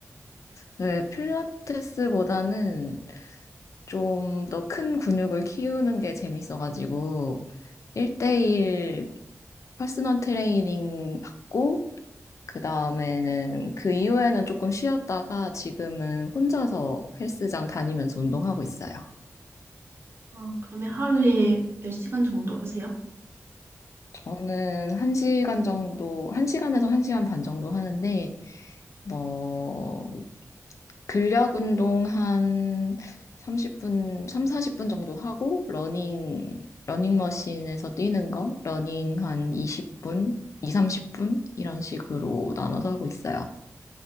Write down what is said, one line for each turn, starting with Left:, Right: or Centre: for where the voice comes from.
Left: 네, 필라테스보다는 좀 더 큰 근육을 키우는 게 재밌어가지고 1대1
Right: 네.
Left: 퍼스널 트레이닝 받고 그 다음에는 그 이후에는 조금 쉬었다가 지금은 혼자서 헬스장 다니면서 운동하고 있어요.
Right: 어, 그러면 하루에 몇 시간 정도 하세요?
Left: 저는 한시간 정도, 한시간에서한시간반 정도 하는데, 뭐, 근력 운동 한 30분, 3, 40분 정도 하고, 러닝, 러닝머신에서 뛰는 거, 러닝 한 20분, 2, 30분? 이런 식으로 나눠서 하고 있어요.